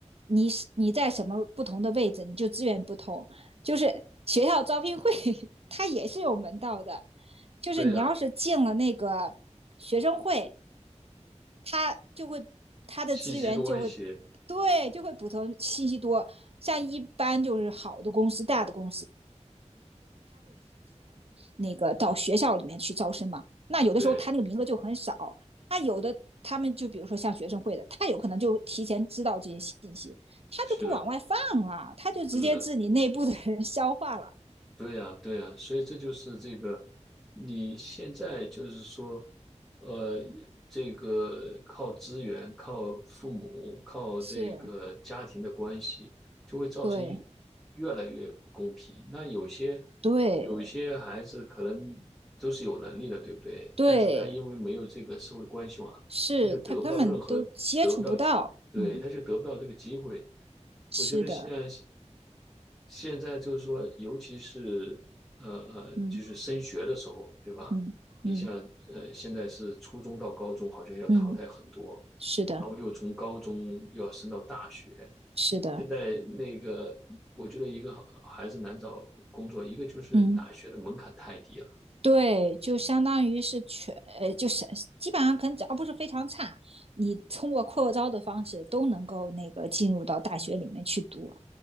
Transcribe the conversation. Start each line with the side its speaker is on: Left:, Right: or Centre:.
Right: 你是你在什么不同的位置，你就资源不同。就是学校招聘会，<laughs> 它也是有门道的，就是你要是进了那个学生会，
Centre: 对呀，
Right: 它就会它的资源就会，
Centre: 信息多一些。
Right: 对，就会补充信息多。像一般就是好的公司、大的公司，那个到学校里面去招生嘛。那有的时候他那个名额就很少，
Centre: 对，
Right: 他有的他们就比如说像学生会的，他有可能就提前知道这些信息，他就不往外放了，
Centre: 是的，
Right: 他就直接自己内部的人消化了。
Centre: 是的，对呀，对呀，所以这就是这个，你现在就是说，呃，这个靠资源、靠父母、靠这个家庭的关系，
Right: 是，
Centre: 就会造成越
Right: 对，
Centre: 越来越不公平。那有些
Right: 对，
Centre: 有一些孩子可能都是有能力的，对不对？
Right: 对，
Centre: 但是他因为没有这个社会关系网，
Right: 是他根本都接触不到。
Centre: 他就得不到任何得不到机，对，
Right: 嗯，
Centre: 他就得不到这个机会。
Right: 是的，
Centre: 我觉得现在现在就是说，尤其是呃呃，
Right: 嗯
Centre: 就是升学的时候，对吧？
Right: 嗯嗯
Centre: 你像呃，现在是初中到高中，好像要淘汰很多，
Right: 嗯，是的，
Centre: 然后又从高中又要升到大学。
Right: 是的，
Centre: 现在那个，我觉得一个好还是难找工作，一个就是大学的门槛太低了。
Right: 嗯对，就相当于是全，呃，就是基本上可能只要不是非常差，你通过扩招的方式都能够那个进入到大学里面去读。